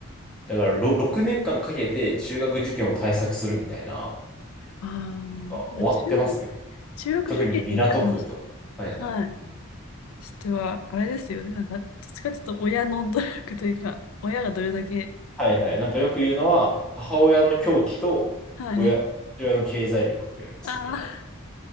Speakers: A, in the centre; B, on the left.
A: だからろ6年間かんかけて中学受験を対策するみたいな、
B: ああ、なんか中、
A: あ終わってますね。
B: 中学受験に関し、
A: 特に港区とか。はいはい。
B: はい、
A: うん
B: しては、あれですよね。なんか、どっちかちょっと親の努力というか、親がどれだけ、
A: はいはい。なんかよく言うのは、母親の狂気と親、
B: はい。
A: 父親の経済力って言われますよね。
B: ああ、